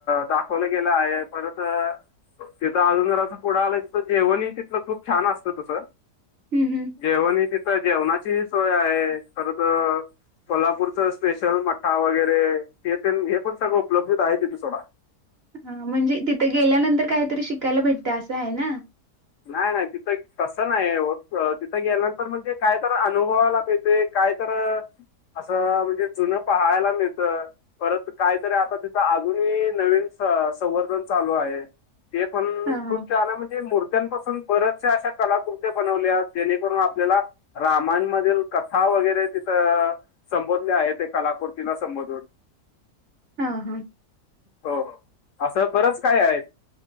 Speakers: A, on the left; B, on the right.
A: दाखवलं गेलं आहे, परत तिथं अजून जरासं पुढं आलं की जेवणही तिथल खूप छान असतं तसं.
B: हम् हम.
A: जेवण हि तिथं जेवणाची सोय आहे, खरं तर कोल्हापूरच स्पेशल मठ्ठा वगैरे हे तेन हे पण सर्व उपलब्धीत आहे तिथ सोडा.
B: हां म्हणजे तिथं गेल्यानंतर काहीतरी शिकायला भेटत असं आहे ना.
A: नाही नाही तिथं तसं नाही ओ अ तिथं गेल्यानंतर म्हणजे काय तर अनुभवायला मिळतंय. काय तर, असं म्हणजे जुनं पहायला मिळत. परत काय तरी आता तिथं अजूनही नवीन स - संवर्धन चालू आहे. ते पण
B: हा हा
A: खूप छान आहे म्हणजे मूर त्यांनपासून बरेचशा अशा कलाकृत्या बनवल्या जेणेकरून आपल्याला रामायन मधील कथा वगैरे तिथं संबोधले आहे ते कलाकृतीना संबोधून.
B: हा हा.
A: हो हो, असं बरच काय आहे.